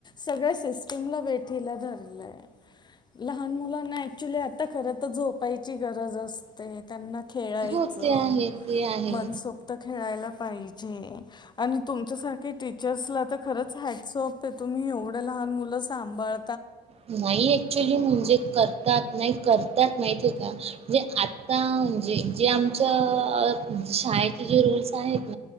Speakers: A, on the left; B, on the right.
A: सगळ्या सिस्टीमला वेठीला धरलय. लहान मुलांना ऍक्च्युली आता खर तर झोपायची गरज असते. त्यांना खेळायचं
B: हो ते आहे ते आहे
A: मनसोक्त खेळायला पाहिजे आणि तुमच्यासाठी की टीचर्सला तर खरंच हॅटसोपते तुम्ही एवढं लहान मुलं सांभाळ
B: नाही ऍक्च्युली म्हणजे करतात नाही करतात नाही ते का जे आता म्हणजे जे आमच्या शाळेचे जे रूल्स आहेत